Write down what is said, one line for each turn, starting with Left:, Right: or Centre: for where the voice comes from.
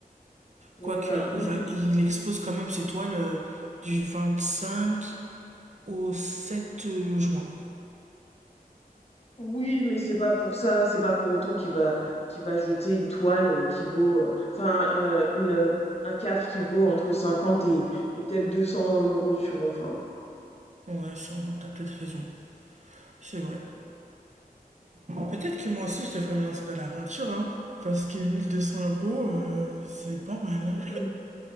Left: Ouais,
Right: Quoique,
Left: ben,
Right: il
Left: mm,
Right: va,
Left: mm,
Right: il expose quand même ses toiles euh, du 25 au 7 euh, juin.
Left: oui, mais c'est pas pour ça, c'est pas pour autant qu'il va qu'il va jeter une toile euh, qui vaut, euh, enfin, euh, une, euh, un cadre qui vaut entre 50 et, et peut-être deux cents euros, tu vois. Enfin,
Right: Ouais, sûrement, t'as peut-être raison. C'est vrai. Peut-être que moi aussi, je devrais me lancer dans la peinture, hein. Parce que 1200 euros, euh, c'est pas mal, hein.
Left: <laughs>